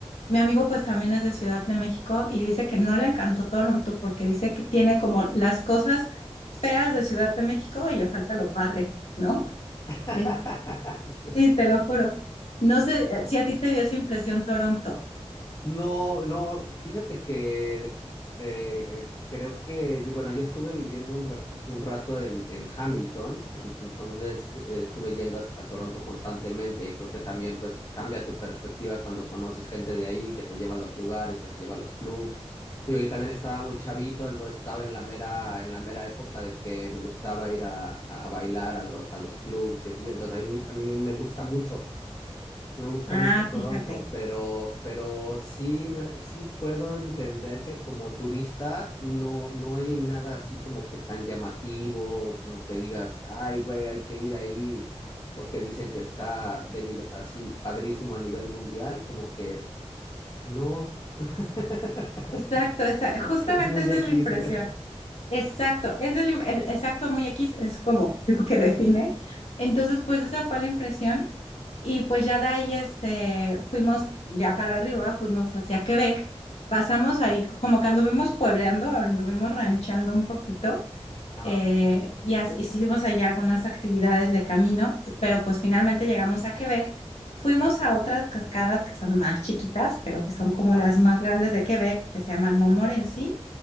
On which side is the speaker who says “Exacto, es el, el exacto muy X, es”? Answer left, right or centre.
Left